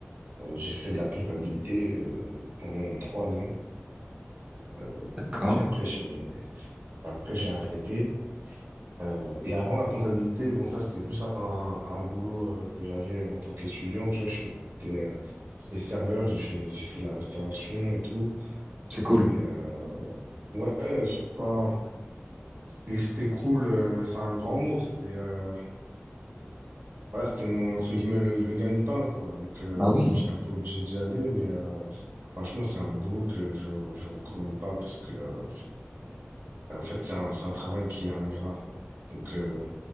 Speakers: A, on the right (about 50°); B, on the right (about 25°).
A: Euh, j'ai fait de la comptabilité euh, pendant trois ans, Euh,
B: D'accord,
A: puis après j'ai après j'ai arrêté. Euh, et avant la comptabilité, bon, ça, c'était plus un, un boulot euh, que j'avais en tant qu'étudiant. Tu vois, je faisais, euh, j'étais serveur, j'ai fait, j'ai fait de la restauration et tout.
B: c'est cool.
A: Et euh, ouais, je crois, c'était c'était cool. euh, c'est un grand mot. C'était euh, voilà, c'était mon, entre guillemets le, le gagne-pain, quoi. Donc, euh,
B: Bah oui.
A: j'étais un peu obligé d'y aller. Mais euh, franchement, c'est un boulot que je je recommande pas parce que, euh, en fait, c'est un, c'est un travail qui est ingrat. Donc, euh,